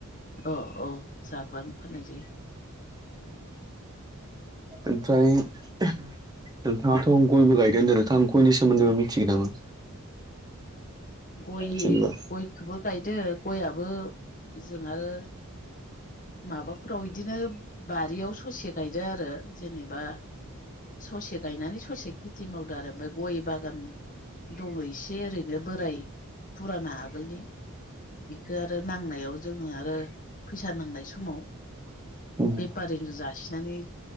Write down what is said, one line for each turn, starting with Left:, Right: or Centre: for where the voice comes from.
Left: औ औ जाग्रानो फाननाय जायो।
Right: ओमफ्राय नोंथाङाथ' गयबो गायदो होनदों नोंथां गयनि सोमोन्दैबो मिथिगोन नामा?
Left: गय
Right: जेनेबा
Left: गयखोबो गायदो गयाबो जों आरो माबाफोराव बिदिनो बारियाव ससे गायदों आरो जेनेबा ससे गायनानै ससे खिटि मावदो आरो आमफाय गय बागान दङ इसे ओरैनो बोराय फुराना आगोलनि इखो आरो नांनायाव जोङो आरो फैसा नांनाय समाव
Right: उम
Left: बेपारिनो जासिनानै